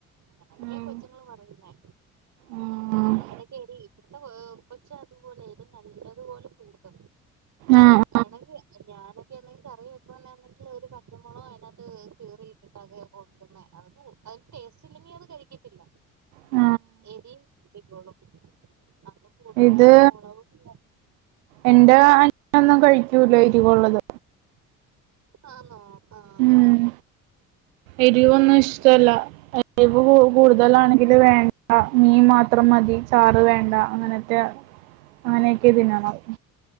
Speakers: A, on the right (about 40°); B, on the right (about 70°).
A: അങ്ങനെക്കെ
B: ഉം
A: കൊച്ചുങ്ങൾ പറയുന്നേ
B: ഉം
A: അങ്ങനൊക്കെരി ഇവിടുത്തെ കൊച്ച അതുപോലെ എരി നല്ലതുപോലെ കൂട്ടും
B: ആഹ
A: വേണെങ്കിൽ ഞാനൊക്കെ എന്തെങ്കിൽ കറി വെക്കന്നെങ്കിൽ ഒരു പച്ചമുളോ അതിനകത്ത് കറിട്ട് <unintelligible> കൊടുക്കുന്ന അഹ് ടേസ്റ്റ് ഇല്ലെങ്കി അത് കഴിക്കത്തില്ല
B: ഉ
A: എരി കൂട്ടിക്കോളും അപ്പൊ കൂടുതലായിട്ട്
B: ഇത്
A: മുളക ഇല്ല
B: എന്റെ അനിയാനൊന്നും കഴിക്കൂലോ ഇരിവുള്ളത്
A: ആണോ ആഹ
B: ഉം
A: ആഹ്
B: എരിവൊന്നും ഇഷ്ടല്ല എരുവ് കൂടുതലാണെങ്കില് വേണ്ട മീൻ മാത്രം മതി ചാറ് വേണ്ട അങ്ങനത്തെ അങ്ങനെയൊക്കെ തിന്നണം